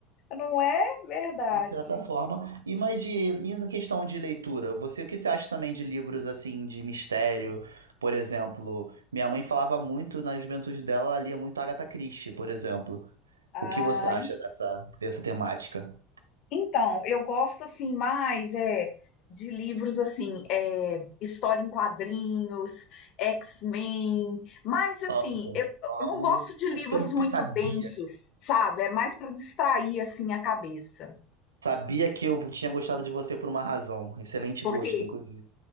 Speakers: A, on the left; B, on the right.
A: Não é verdade.
B: de certa forma. E mais de, e na questão de leitura, você, o que você acha também de livros assim de mistério? Por exemplo, minha mãe falava muito na juventude dela, ela lia muito Agatha Christie, por exemplo.
A: Ah,
B: O que você acha
A: en-
B: dessa, dessa temática?
A: então, eu gosto assim mais é de livros assim, é, história em quadrinhos, X-Men, mas assim,
B: Amo.
A: eu, eu
B: Amo.
A: não gosto de
B: Por
A: livros
B: isso que eu
A: muito
B: sabia.
A: densos, sabe? É mais para distrair assim a cabeça.
B: Sabia que eu tinha gostado de você por uma razão. Excelente
A: Porque
B: gosto, inclusive.